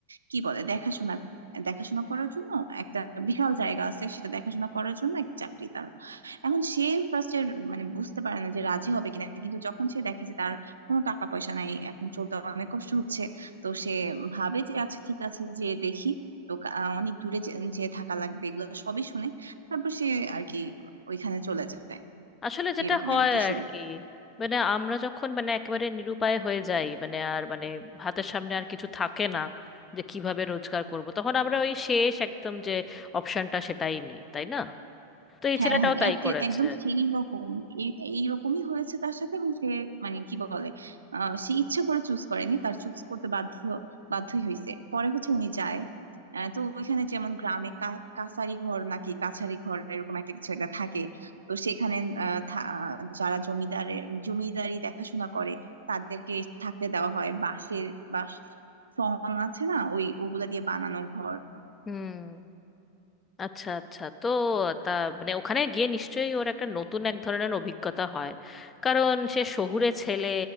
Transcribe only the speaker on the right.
কি বলে দেখাশোনা দেখাশোনা করার জন্য একটা বিশাল জায়গা আছে সেটা দেখাশোনা করার জন্য একটা চাকরি তার এখন সে ফার্স্টে মানে বুঝতে পারে না যে রাজি হবে কিনা কিন্তু যখন সে দেখে যে তার কোনো টাকা পয়সা নাই এখন চলতে অনেক কষ্ট হচ্ছে তো সে ভাবে যে আচ্ছা ঠিক আছে যে দেখি তো কা- আহ, অনেক দূরে যে যেয়ে থাকা লাগবে এগুলো সবই শুনে তারপর সে আর কি ওইখানে চলে যায়
এরকমই
আর কি শুরু
হ্যাঁ
হ্যাঁ
এক
একদম সেই রকম এইরকমই হয়েছে তার সাথে এবং সে মানে কি বলে আহ, সে ইচ্ছে করে চুজ করেনি তার চুজ করতে বাধ্য বাধ্যই হয়েছে পরে হচ্ছে উনি যায় আহ, তো ওইখানে যেমন গ্রামে কা- কাছারি ঘর নাকি কাছারি ঘর এরকম একটা কিছু একটা থাকে তো সেখানে আহ, থা- আহ, যারা জমিদারের জমিদারি দেখাশোনা করে তাদেরকে থাকতে দেওয়া হয় বাঁশের বাঁশ সন আছে না ওই ওগুলা দিয়ে বানানো ঘর